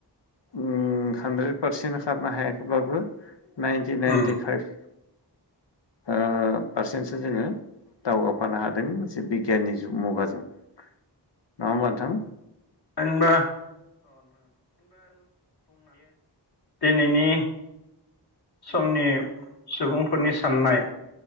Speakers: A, on the left; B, on the left.
A: ओम हानद्रेद पारसेन्ट खारनो हायाखैब्लाबो नाइन्टि नाइन्टि
B: उम
A: फाइभ ओ पारसेन्टसो जोंङो दावगाफानो हादों एसे बिगियाननि मुगाजों नङा होमबाथां?
B: <unintelligible> दिनैनि समनि सुबुंफोरनि साननाय